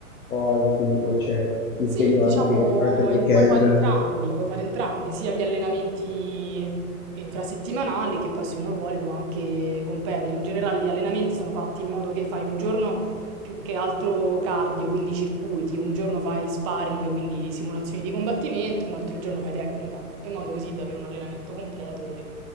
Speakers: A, on the left; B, on the right.
A: cose, quindi poi c'è impegno
B: Sì, diciamo,
A: anche durante il weekend,
B: e puoi fare entrambi, puoi fare entrambi, sia gli allenamenti infrasettimanali che poi se uno vuole può anche competere. In generale gli allenamenti sono fatti in modo che fai un giorno più che altro cardio, quindi circuiti, un giorno fai sparring, quindi simulazioni di combattimento, un altro giorno fai tecnica, in modo così da avere un allenamento completo e